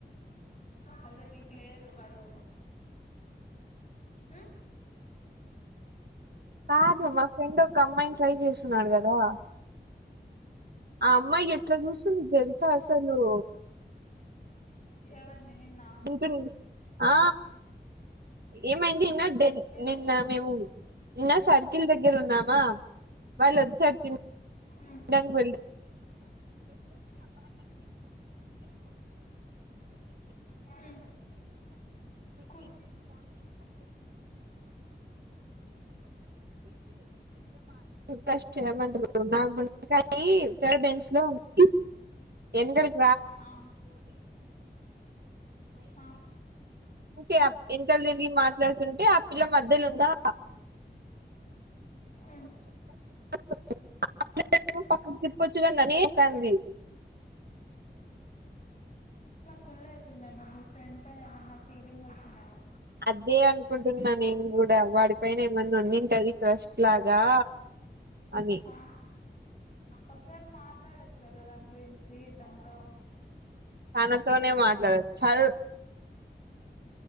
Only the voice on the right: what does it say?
కాదు మా ఫ్రెండ్ ఒక అమ్మాయిని ట్రై చేస్తున్నాడు కదా ఆ అమ్మాయి ఎట్లా చూస్తుంది తేల్ సలు
ఇంకా ఆ... ఏమైంది నిన్న
నిన్న మేము నిన్న సర్కిల్ దగ్గర ఉన్నామా వాళ్ళు వచ్చరు తిని
డానికి
వెరె చేయమంటరు నాకు గు కానీ థర్డ్ బెంచ్లో ఉన్ <unintelligible>
ఓకే ఎనకాల తిరిగి మాట్లాడుతుంటే ఆ పిల్ల మధ్యలో ఉందా
<inaudible> పక్కకు తిప్పొచ్చు క ననే కాంది
అదే ఆన్ కుంటున్నా నేను కూడా వాడి పైన ఏమన్నా వున్నింటది క్రష్ లాగా అని
తనతోనే మాట్లాడు చల్